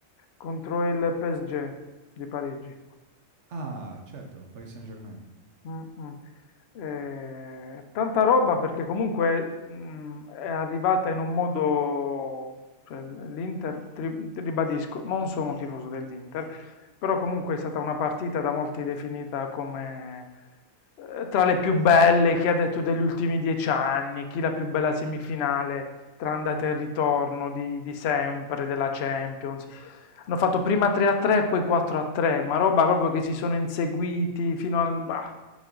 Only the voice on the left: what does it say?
Contro il PSG di Parigi.
Mh-mh. Ehm, tanta roba perché comunque, mhmm, è arrivata in un modo cioè l l'Inter tri ribadisco, non sono tifoso dell'Inter, però comunque è stata una partita da molti definita come, ehm, tra le più belle, chi ha detto degli ultimi 10 anni, chi la più bella semifinale tra andata e ritorno di di sempre, della Champions. Hanno fatto prima 3 a 3 e poi 4 a 3, ma roba proprio che si sono inseguiti fino al bah!